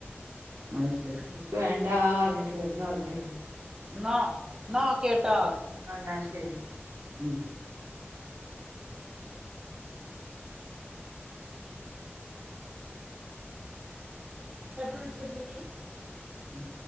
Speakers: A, on the right (about 15°); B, on the right (about 90°).
A: അഅ് ശെരി.
B: നിക്ക് വേണ്ടാർഞ്ഞിട്ട് കെട്ന്നൊർങ്ങ്യോണ്.
A: ന്നോ ന്നാ ഓക്കേട്ടോ.
B: ആഹ്, ന്നാ ശെരി.
A: ഉം. <unintelligible> ഉം.